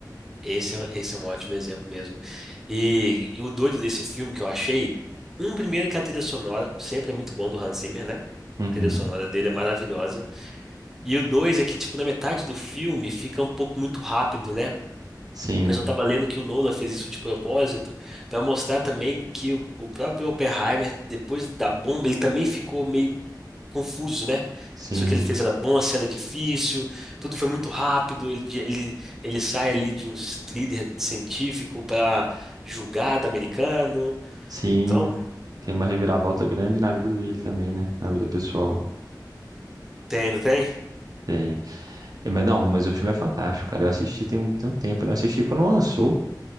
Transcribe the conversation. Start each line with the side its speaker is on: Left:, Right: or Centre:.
Centre: esse, é- esse é um ótimo exemplo mesmo. E, e o doido desse filme que eu achei, um primeiro que a trilha sonora, sempre é muito bom do Hans Zimmer, né?
Right: Uhum.
Centre: A trilha sonora dele é maravilhosa. E o dois é que, tipo, na metade do filme fica um pouco muito rápido, né?
Right: Sim,
Centre: Mas eu tava lendo que o Nolan fez isso de propósito para mostrar também que o, o próprio Oppenheimer, depois da bomba, ele também ficou meio confuso, né?
Right: sim,
Centre: Se o que ele fez era bom, se era difícil, tudo foi muito rápido. Ele, ele, ele sai ali de um líder científico para julgado americano.
Right: sim,
Centre: Então,
Right: tem uma reviravolta grande na vida dele também, né? Na vida pessoal.
Centre: tem, não tem?
Right: Tem. É, Mas não, mas o filme é fantástico, cara. Eu assisti tem um, tem um tempo, né? Eu assisti quando lançou,